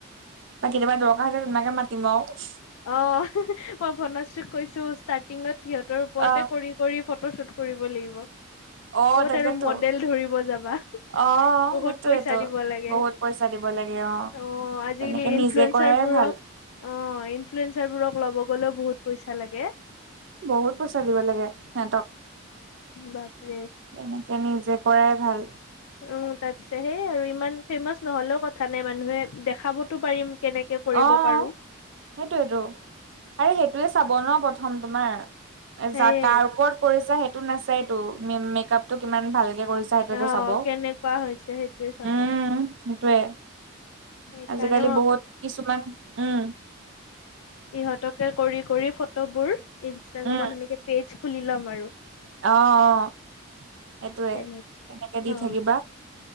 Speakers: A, on the right; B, on the left.
A: বা কেতিয়াবা দৰকাৰ হৈছে তোমাকে মাতিম আৰু।
B: অ হিহি' মই ভনশ্ৰীক কৈছো ষ্টাৰ্টিঙত সিহঁতৰ ওপৰতে
A: অ',
B: কৰিম। কৰি ফটো শ্বুট কৰিব লাগিব।
A: অ',
B: ক'ত
A: তাকেতো
B: আৰু মডেল ধৰিব যাবা হুহুহ,
A: অ',
B: বহুত
A: সেইটোয়েতো।
B: পইচা দিব লাগে।
A: বহুত
B: অ'
A: পইচা দিব লাগে
B: আজিকালি
A: তেনেকে
B: ইনফ্লুৱেন্ঞ্চাৰবোৰক
A: নিজে কৰাই ভাল।
B: অ ইনফ্লুৱেঞ্চাৰবোৰক ল'ব গ'লেও বহুত পইচা লাগে।
A: বহুত পইচা দিব লাগে সিহঁতক।
B: বাপৰে
A: তেনেকে নিজে কৰাই ভাল।
B: উম' তাতছে সেই আৰু ইমান ফেমাচ নহ'লেও কথা নাই, মানুহে দেখাবতো পাৰিম। কেনেকে কৰিব
A: অ সেইটোৱেটো
B: পাৰো
A: আৰে সেইটোয়ে চাব ন, প্ৰ প্ৰথম তোমাৰ
B: সেয়ে
A: যা কাৰ ওপৰত কৰিছা সেই তো নাচায়টো মে মেকপটো কিমান ভালকে কৰিছ ছা সেইটোৱেতো
B: অ
A: চাব,
B: কেনেকুৱা হৈছে সেইটোয়ে চাব
A: উম সেইটোয়ে।
B: সেইকাৰণে
A: আজিকালি বহুত কিছুমান উম'।
B: ইহতকে কৰি কৰি ফটোবোৰ ইনষ্টাগ্ৰামত
A: উম
B: এনেকে পেজ' খুলি ল'ম আৰু।
A: অ' অ', সেইটোৱে
B: তেনেকে
A: তেনেকে দি
B: অ
A: থাকিবা।